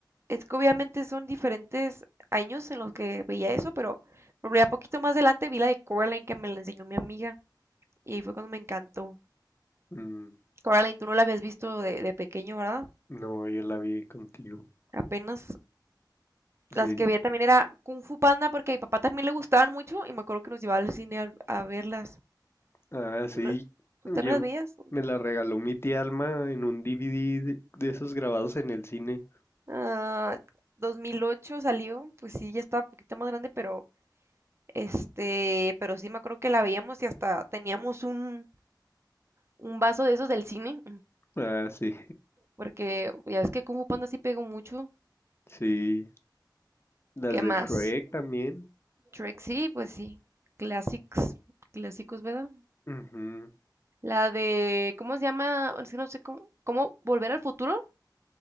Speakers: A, on the right; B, on the left.
A: es que obviamente son diferentes años en los que veía eso, pero pero ya poquito más adelante vi la de Coraline que me la enseñó mi amiga y fue cuando me encantó.
B: Mm,
A: Coraline, tú no la habías visto de, de pequeño, ¿verdad?
B: no, yo la vi contigo.
A: Apenas las
B: Sí.
A: que vi también era Kung Fu Panda porque a mi papá también le gustaban mucho y me acuerdo que nos llevaba al cine a, a verlas.
B: Ah, sí.
A: ¿Tú, no- tú también
B: Yo
A: las veías?
B: me la regaló mi tía Alma en un DVD de, de esos grabados en el cine.
A: Ah, 2008 salió, pues sí, ya estaba un poquito más grande, pero este, pero sí me acuerdo que la veíamos y hasta teníamos un, un vaso de esos del cine.
B: Ah, sí.
A: Porque ya ves que Kung Fu Panda sí pegó mucho.
B: Sí. Las
A: ¿Qué
B: de
A: más?
B: Shrek también.
A: Shrek sí, pues sí. Clásicos, clásicos, ¿verdad?
B: Ujú.
A: La de, ¿cómo se llama? Es que no sé cómo, ¿cómo volver al futuro?